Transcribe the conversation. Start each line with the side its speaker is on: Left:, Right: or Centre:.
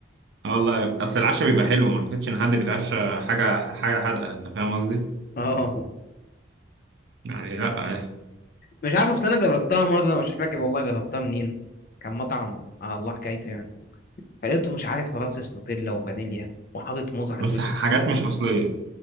Right: اه والله أصل العشاء بيبقى حلو ما أعتقدش إن حد بيتعشى حاجة حاجة حادقة أنت فاهم قصدي؟
Left: اه
Right: يعني لا
Left: مش عارف اصل انا جربتها مره مش فاكر والله جربتها منين كان مطعم آه الله حكايته يعني فلقيته مش عارف رصص نوتيلا وفانيليا وحاطط موز على
Right: بس
Left: الوش
Right: حاجات مش أصلية